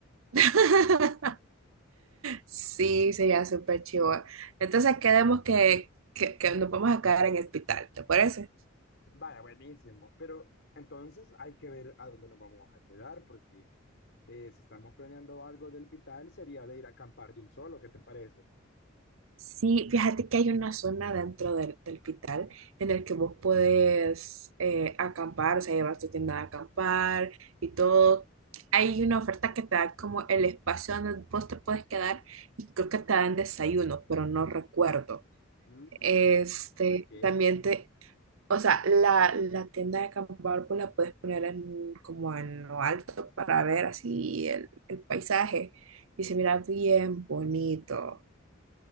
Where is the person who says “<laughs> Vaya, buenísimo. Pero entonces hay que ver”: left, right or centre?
Left